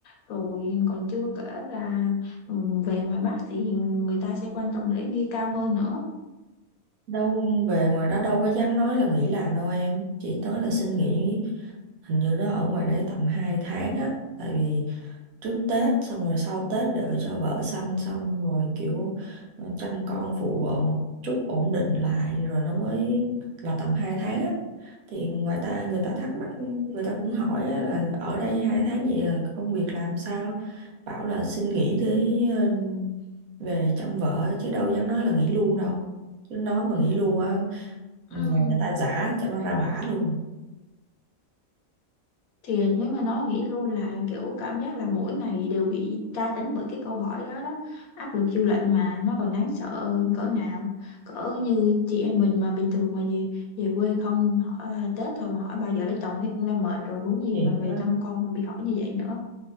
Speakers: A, on the left; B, on the right.
A: rồi còn chưa kể là ừ, về ngoài Bắc thì người ta sẽ quan trọng lễ nghi cao hơn nữa
B: đâu về ngoài đó đâu có dám nói là nghỉ làm đâu em chỉ nói là xin nghỉ hình như nó ở ngoài đấy tầm 2 tháng á tại vì trước Tết xong rồi sau Tết đợi cho vợ sanh xong rồi kiểu ờ, chăm con phụ vợ một chút ổn định lại rồi nó mới là tầm 2 tháng á. Thì ngoài ta người ta thắc mắc người ta cũng hỏi á, là ở đây 2 tháng vậy rồi công việc làm sao? Bảo là xin nghỉ để ờ, về chăm vợ chứ đâu dám nói là nghỉ luôn đâu. Chứ nói mà nghỉ luôn á
A: ừ.
B: nhà người ta giả cho nó ra bả luôn.
A: thì nếu mà nói nghĩ luôn là kiểu cảm giác là mỗi ngày đều bị tra tấn bởi cái câu hỏi đó đó áp lực dư luận mà nó còn đáng sợ hơn cỡ nào cỡ như chị em mình mà bình thường mà về về quê không hỏi, à, Tết thôi mà hỏi bao giờ lấy chồng thấy cũng đã mệt rồi huống gì
B: Thì
A: mà
B: nó
A: về chăm con mà bị hỏi như vậy nữa